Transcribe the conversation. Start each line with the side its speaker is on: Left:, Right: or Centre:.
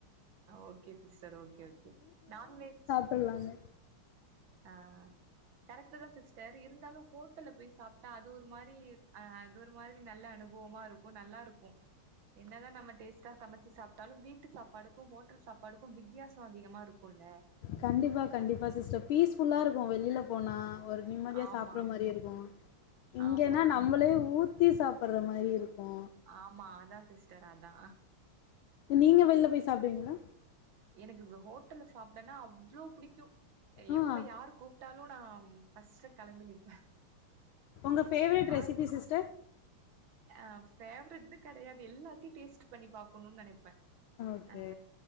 Right: okay sister okay okay non veg
Left: ஃபுல்லாமே
Right: ஆ கரெக்ட்டுதா சிஸ்டர் அது இருந்தாலு ஹோட்டல்ல போயி சாப்ட்டா அது ஒரு மாரி அது ஒரு மாரி நல்ல அனுபவமா இருக் கு நல்லா இருக்கு என்னதா நம்ம டேஸ்டா சமைச்சு சாப்ட்டாலு வீட்டு சாப்பாடுக்கு ஹோட்டல் சாப்பாடுக்கு வித்தியாசோ அதிகமா இருக்குல்ல
Left: கண்டிப்பா கண்டிப்பா சிஸ்டர் பீஸ் ஃபுல்லா இருக்கு வெளில போனா ஒரு நிம்மதியா
Right: ஆமா
Left: சாப்டுற மாரி இருக்கு இங்கன்னா
Right: ஆமா
Left: நம் நம்மளே ஊத்தி சாப்பற மாரி இருக்கு
Right: ஆமா அதா சிஸ்டர் அதா
Left: நீங்க வெளில போயி சாப்டுவீங்ளா
Right: எனக்கு ஹோட்டல்ல சாப்டனா அவ்ளோ புடிக்கு
Left: ஆ
Right: எப்ப யாரு கூப்ட்டாலு நா ஃபர்ஸ்ட்டா கெளம்பி நிப்ப
Left: உங்க ஃபேவரட் ரெசிபி
Right: ஆன்
Left: சிஸ்டர்
Right: ஆ ஃபேவரிட்டுனு கெடையாது எல்லாத்தையு டேஸ்ட் பண்ணி பாக்கனு நெனைப்ப
Left: ஓகே
Right: அ